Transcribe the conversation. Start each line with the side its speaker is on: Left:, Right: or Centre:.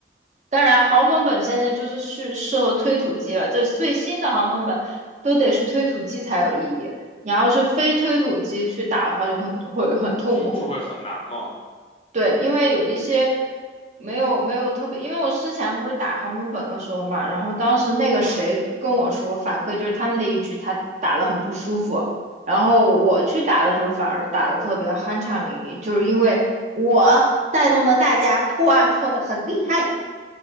Right: 当然，豪门本现在就是适适合推土机了。这最新的豪门本都得是推土机才有意义，你要是非推土机去打的话，就很会很痛苦。
Left: 就就会很难嘛。
Right: 对，因为有一些没有没有特别，因为我之前不是打豪门本的时候嘛，然后当时那个谁跟我说反馈就是他们那一局他打得很不舒服，
Left: 对，
Right: 然后我去打的时候反而打的特别酣畅淋漓，就是因为我带动了大家破案破的很厉害。